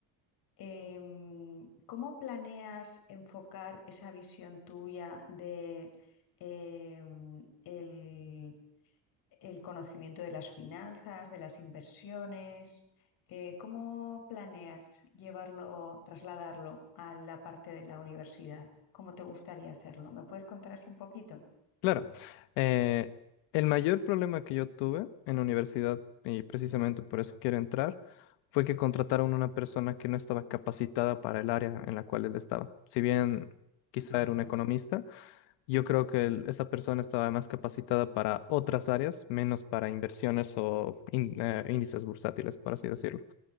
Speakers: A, on the left; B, on the left.
A: Em, ¿cómo planeas enfocar esa visión tuya de em, el el conocimiento de las finanzas, de las inversiones. eh, ¿cómo planeas llevarlo, trasladarlo a la parte de la universidad? ¿Cómo te gustaría hacerlo? ¿Me puedes contar así un poquito?
B: Claro, eh, el mayor problema que yo tuve en la universidad, y precisamente por eso quiero entrar, fue que contrataron una persona que no estaba capacitada para el área en la cual él estaba. Si bien quizá
A: Ujú,
B: era un economista, yo creo que el- esa persona estaba más capacitada para otras áreas, menos para inversiones o in- eh, índices bursátiles, por así decirlo.